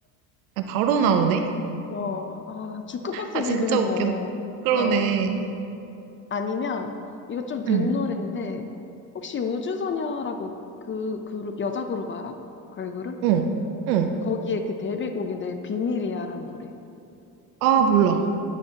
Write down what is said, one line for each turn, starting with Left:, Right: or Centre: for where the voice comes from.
Right: 바로 나오네?
Left: <laughs> 어, 아, 주크박스지,
Right: 아, 진짜
Left: 그냥
Right: 웃겨.
Left: 뭐.
Right: 그러네.
Left: 어. 아니면, 이거 좀 된
Right: 응,
Left: 노래인데, 혹시 우주소녀라고 그 그룹, 여자 그룹 알아? 걸그룹?
Right: 어, 어.
Left: 거기에 그 데뷔곡인데, 비밀이야라는 노래.
Right: 아, 몰라.